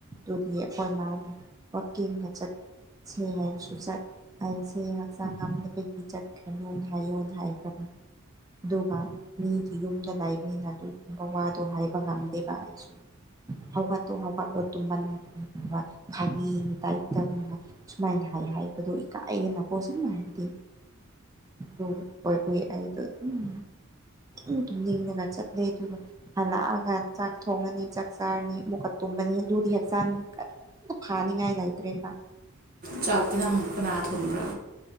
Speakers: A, on the right; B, on the right.
A: ꯑꯗꯨꯗꯤ ꯑꯩꯈꯣꯏ ꯃꯥꯅ ꯋꯀꯤꯡꯒ ꯆꯠꯁꯦ ꯍꯥꯏꯔꯁꯨ ꯆꯠ ꯑꯩꯁꯦ ꯍꯛꯆꯥꯡ ꯉꯝꯗꯕꯒꯤ ꯆꯠꯈ꯭ꯔꯅꯨ ꯍꯥꯏꯌꯣ ꯍꯥꯏꯈ꯭ꯔꯅꯤ ꯑꯗꯨꯒ ꯃꯤꯗꯤ ꯌꯨꯝꯗ ꯂꯩꯕꯅꯤꯅ ꯑꯗꯨꯒꯨꯝꯕ ꯋꯥꯗꯣ ꯍꯥꯏꯕ ꯉꯝ ꯗ‌ꯦꯕꯥ ꯑꯩꯏꯁꯨ ꯍꯧꯒꯠꯇꯣ ꯍꯧꯕ ꯇ <unintelligible> ꯐꯒꯤ ꯏ ꯇ ꯇꯅ ꯁꯨꯃꯥꯏꯅ ꯍꯥꯏ ꯍꯥꯏꯕꯗꯣ ꯏꯀꯥꯏꯅꯀꯣ ꯁꯤ <unintelligible> ꯍꯥꯏꯔꯗꯤ ꯑꯗꯨ ꯑꫭꯏꯕꯒꯤ ꯑꯩꯗꯨ ꯑꯗꯨꯝ ꯏ ꯇ ꯏ <unintelligible> ꯉ ꯆ ꯂꯩꯗꯨ ꯐꯜꯂꯒ ꯆꯥꯛ ꯊꯣꯡꯉꯅꯤ ꯆꯥꯛ ꯆꯥꯔꯅꯤ ꯃꯨꯀꯠ ꯇꯨꯝꯕꯅꯤ ꯑꯗꯨꯗꯤ ꯍꯛꯆꯥꯡ ꯐꯅꯤꯉꯥꯏ ꯂꯩꯏꯇꯔ‌ꯦꯕꯥ
B: ꯆꯥꯛꯇꯤ ꯑꯃꯨꯛ ꯀꯟꯅꯅꯥ ꯊꯣꯡꯕ꯭ꯔꯥ